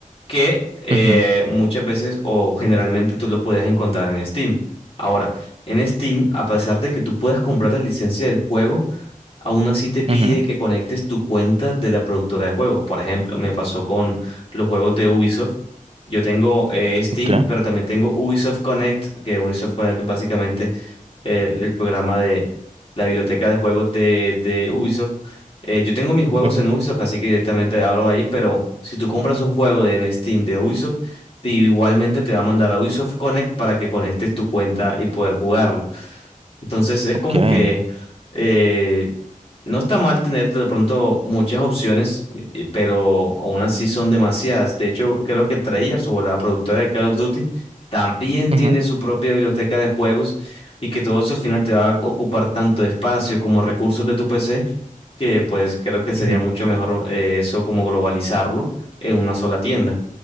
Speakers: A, on the left; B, on the right.
A: que eh,
B: Ujú,
A: muchas veces o generalmente tú los podías encontrar en Steam. Ahora, en Steam, a pesar de que tú puedas comprar la licencia del juego, aún así te pide
B: ujú,
A: que conectes tu cuenta de la productora de juegos. Por ejemplo, me pasó con los juegos de Ubisoft. Yo tengo eh, Steam,
B: Okay.
A: pero también tengo Ubisoft Connect, que Ubisoft Connect básicamente el, el programa de la biblioteca de juegos de, de Ubisoft. Eh, yo tengo mis juegos
B: ujú,
A: en Ubisoft, así que directamente abro de ahí, pero si tú compras un juego de, en Steam de Ubisoft, te- igualmente te va a mandar a Ubisoft Connect para que conectes tu cuenta y poder jugarlo. Entonces es
B: Okay.
A: como que eh, no está mal tener de pronto muchas opciones, eh, pero aún así son demasiadas. De hecho, creo que Treyarch o la productora de Call of Duty también tiene
B: ujú,
A: su propia biblioteca de juegos y que todo eso al final te va a ocupar tanto espacio como recursos de tu PC, que pues creo que sería
B: ujú,
A: mucho mejor eh, eso como globalizarlo en una sola tienda.